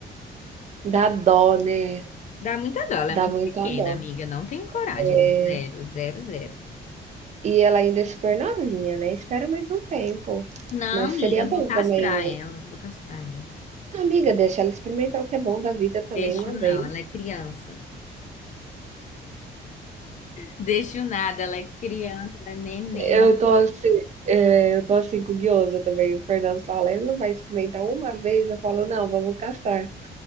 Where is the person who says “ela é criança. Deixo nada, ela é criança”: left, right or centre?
Left